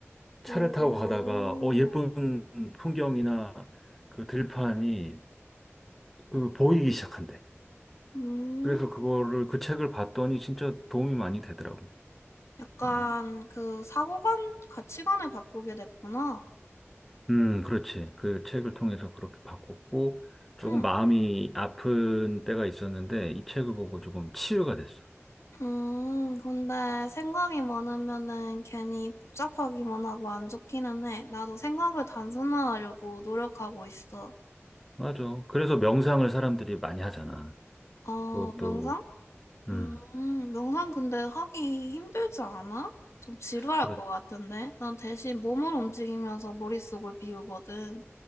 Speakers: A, in the centre; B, on the left.
A: 차를
B: 오,
A: 타고 가다가, 어, 예쁜 풍경이나 그 들판이 그 보이기 시작한대.
B: 음.
A: 그래서 그거를 그 책을 봤더니 진짜 도움이 많이 되더라고.
B: 약간
A: 음,
B: 그 사고관, 가치관을 바꾸게 됐구나.
A: 음, 그렇지. 그 책을 통해서 그렇게 바꿨고 조금
B: 응.
A: 마음이 아픈 때가 있었는데 이 책을 보고 조금 치유가 됐어.
B: 음, 근데 생각이 많으면은 괜히 복잡하기만 하고 안 좋기는 해. 나도 생각을 단순화하려고 노력하고 있어.
A: 맞아. 그래서 명상을 사람들이 많이 하잖아.
B: 어,
A: 그것도
B: 명상?
A: 음,
B: 음, 명상 근데 하기 힘들지 않아? 좀 지루할
A: 그렇.
B: 것 같은데? 난 대신 몸을 움직이면서 머릿속을 비우거든.